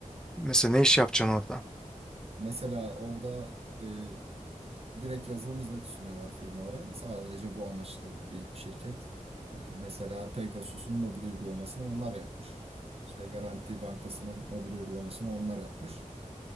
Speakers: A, in the centre; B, on the right (about 50°).
A: mesela ne iş yapacaksın orada?
B: Mesela orada e, direkt yazılım hizmeti sunuyorlar firmalara. Sadece bu amaçlı bir şirket. E, mesela Pegasus'un mobil uygulamasını onlar yapmış. İşte Garanti Bankası'nın mobil uygulamasını onlar yapmış.